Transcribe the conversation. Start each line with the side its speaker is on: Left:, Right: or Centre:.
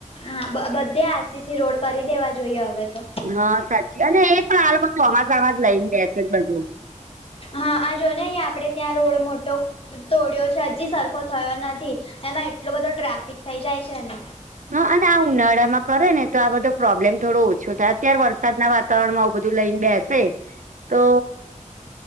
Left: હા બધે આરસીસી રોડ કરી દેવા જોઈએ હવે તો
Right: હા સાચી અને એ પણ હાલ બ ચોમાસામાં જ લઈ ને ગ છે જ બધું
Left: હા આ જો ને આપડે ત્યાં રોડ મો તોડ્યો છે હજી સરખો થયો નથી. એમાં એટલો બધો ટ્રાફિક થઈ જાય છેને
Right: હ અને આ ઉનાળા માં કરે ને તો આ બધો પ્રોબ્લેમ થોડો ઓછો થાય અત્યારે વરસાદના વાતાવરણમાં આવું બધું લઈને બેસે તો